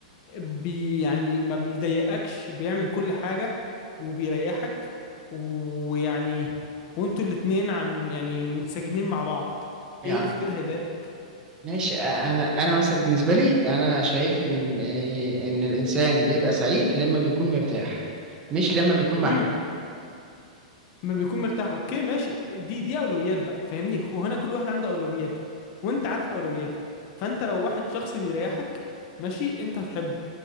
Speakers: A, on the left; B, on the right.
A: بي يعني ما بيضايقكش بيعمل كل حاجة وبيريحك ويعني وانتوا الاتنين عم يعني منسجمين مع بعض
B: يعني
A: ايه اللي في كده هيضايقك
B: ماشي أنا أنا مثلا بالنسبة لي أنا شايف إن إن الإنسان بيبقى سعيد لما بيكون مرتاح مش لما بيكون محبوب
A: امم ما بيكون مرتاح اوكي ماشي دي دي اولويات بقى فاهمني هو هنا كل واحد عنده اولوياته وانت عارف اولوياتك فانت لو واحد شخص بيريحك ماشي انت هتحبه